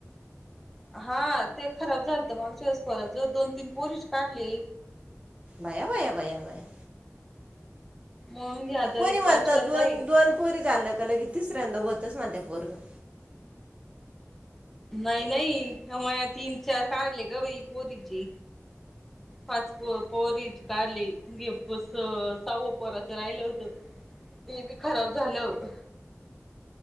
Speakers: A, in the centre; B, on the right.
A: हा ते खराब झालतं, मागच्या वेळेस दोन-तीन पोरीस काढले.
B: बया बया बया बया!
A: मग हे आता
B: कोणी
A: लेक
B: म्हणतं
A: पाचव्यांदा
B: दोन-दोन
A: आहे
B: पोरी झाल्या की लगेच तिसऱ्यांदा व्हतं. <unintelligible>
A: नाही नाही माया तीन चार काढले ग बाई! पोरीचे पाच पो पोरीचे काढलेे हे सहाव पोराच राहिलं होत ते बी खराब झालं.